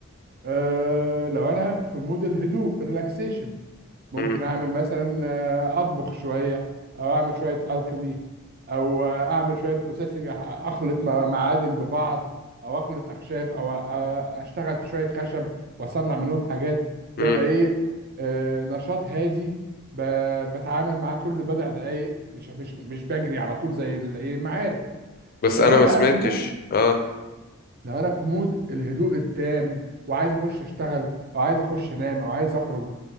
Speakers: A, on the right (about 45°); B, on the left (about 45°).
A: آه، لو أنا في مود الهدوء ريلاكسيشن ممكن
B: مم.
A: اعمل مثلا آه، اطبخ شويه او اعمل شويه الكيمي او آه، اعمل شويه بروسيسنج اخلط مع- معادن ببعض او اخلط اخشاب او أ- اشتغل في شويه خشب واصنع منهم حاجات ده
B: مم.
A: يبقى ايه آه، نشاط هادي ب- بتعامل مع كل بضع دقايق مش مش مش بجري على طول زي الايه المعارك
B: بس
A: لو
B: انا
A: انا
B: ما
A: بقى
B: سمعتش
A: في مود
B: اه
A: لو انا في مود الهدوء التام وعايز اخش اشتغل او عايز اخش انام او عايز اخرج